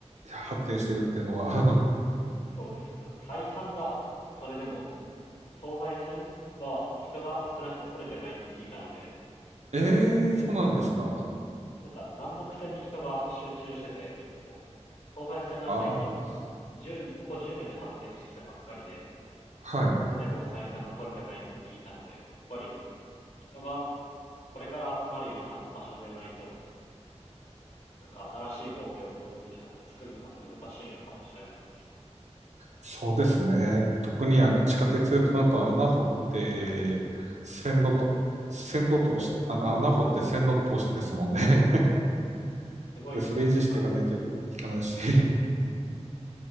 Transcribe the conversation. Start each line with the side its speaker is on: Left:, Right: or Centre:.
Right: 発展してるっていうのは。
Left: そうです。なんか採算が、それでも、東西線は人が少なくて取れてないって聞いたので、
Right: <laughs> ええそうなんですか。
Left: でなんか南北線に人が集中してて、結構、東西線が最近
Right: ああ、
Left: 10、ここ10年で発展してきたばっかりで、
Right: はい。
Left: それでも採算が取れてないって聞いたので、やっぱり人がこれから集まるような場所でないと、なんか新しい公共交通機関って作るのが難しいのかもしれないです。
Right: そうですね。特にあの、地下鉄となると穴掘って、線路と、線路通し、あの、穴掘って線路通してですもんね。<laughs>
Left: すごいコストかかる。
Right: で、それ維持していかないといけないし。